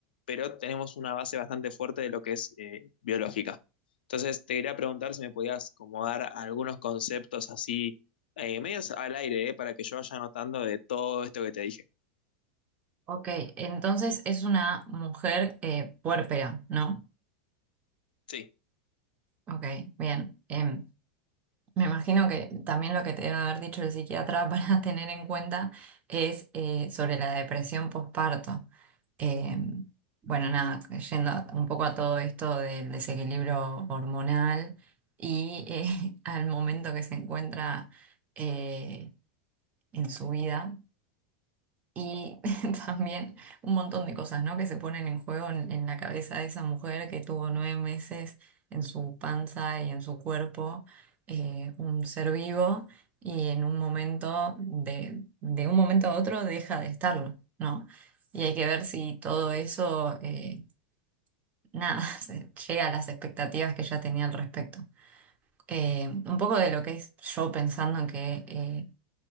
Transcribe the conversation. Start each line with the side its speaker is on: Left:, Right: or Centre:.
Left: pero tenemos una base bastante fuerte de lo que es eh, biológica. Entonces, te quería preguntar si me podías como dar algunos conceptos así, eh, medios al aire, eh, para que yo vaya anotando de todo esto que te dije.
Right: Ok, entonces es una mujer eh, puérpera, ¿no?
Left: Sí.
Right: Ok, bien. Em, Me imagino que también lo que te debe haber dicho el psiquiatra <laughs> para tener en cuenta es eh, sobre la depresión postparto. Eh, bueno, nada, yendo un poco a todo esto del desequilibrio hormonal y eh, <laughs> al momento que se encuentra eh, en su vida. Y <laughs> también un montón de cosas, ¿no? Que se ponen en juego en, en la cabeza de esa mujer que tuvo nueve meses en su panza y en su cuerpo, eh, un ser vivo, y en un momento, de, de un momento a otro, deja de estarlo, ¿no? Y hay que ver si todo eso, eh, nada, <laughs> se- llega a las expectativas que ya tenía al respecto eh, un poco de lo que es yo pensando en que, eh,